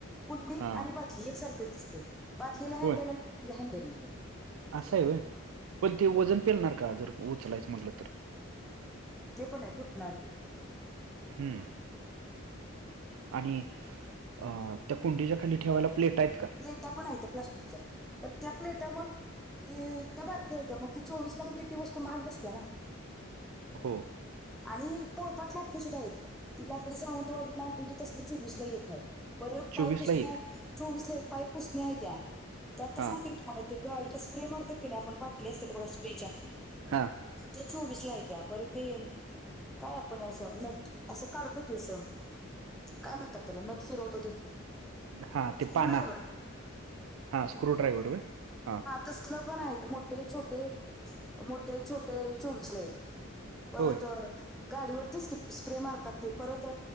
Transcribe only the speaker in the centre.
कुंडी
आणि बादली एकसारखच दिसते बादलीला हँडल
आणि कुंडीला हँडेल नाहीये.
ते पण आहे तुटणार ते.
प्लेटा पण आहेत त्या प्लास्टिकच्या पण त्या प्लेटा मग. ते त्या बारकी्या येत्या मग ती चोवीस ला म्हणजे ती वस्तू महाग बसते ना.
आणि पळपाट लाटक सुद्धा आहेत ति लाकडी सावंतवाडीत नाव तसले चोवीस ला एक आहेत. परत पाय
पुसणे
चोवीसला एक पाय पुसणे आहे त्या त्यानंतर
सांगते की तुम्हाला ते गाडीला स्प्रे मारतात की नाही आपण पाटली असते बघा स्प्रेच्या
त्या चोवीस ला आहेत्या परत ते काय आपण असा नथ. असं काढतो की असं काय म्हणतात त्याला नट फिरवत हो ते.
स्क्रू
ड्रायव्हर
तसल पण आहेत मोठे छोटे मोठे छोटे चोवीस ला एक. परत
गाडीवरतीच की स्प्रे मारतात ते परत.